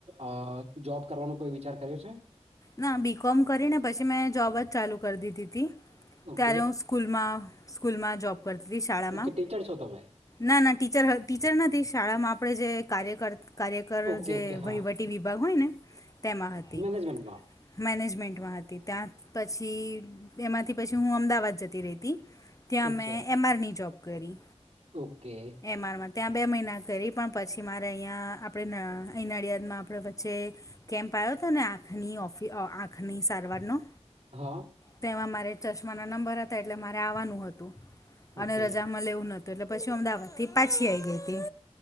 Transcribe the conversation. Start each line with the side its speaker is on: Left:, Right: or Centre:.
Right: અ જોબ કરવાનો કોઈ વિચાર કર્યો છે.
Left: ના બી કોમ કરીને પછી મેં જોબ જ ચાલુ કરી દીધી હતી
Right: ઓકે
Left: ત્યારે હું સ્કૂલમાં સ્કૂલમાં જોબ કરતી હતી શાળામાં
Right: ઓકે ટીચર છો તમે
Left: ના ના ટીચર ટીચર નથી શાળામાં આપણે જે કાર્યક કાર્યકર
Right: ઓકે
Left: જે
Right: ઓકે હા
Left: વહીવટી વિભાગ હોય ને તેમાં હતી
Right: બનપ <unintelligible>
Left: મેનેજમેન્ટમાં હતી ત્યાં પછી એમાંથી પછી હું અમદાવાદ જતી રહીતી ત્યાં
Right: ઠીક
Left: મેં
Right: છે
Left: એમઆર ની જોબ કરી
Right: ઓકે
Left: એમઆરમાં ત્યાં બે મહિના કરી પણ પછી મારે અહીંયા આપણે અહી નળિ નળિયાદમાં આપણે જે કેમ્પ આવ્યો હતો ને આંખની ઓફિ આંખની સારવારનો
Right: હા.
Left: તેમાં મારે ચશ્માના નંબર હતા એટલે મારે આવાનું હતું
Right: ઓકે
Left: અને રજામાં મલે એવુન તો એટલે પછી અમદાવાદથી પાછી આવી ગઈ હતી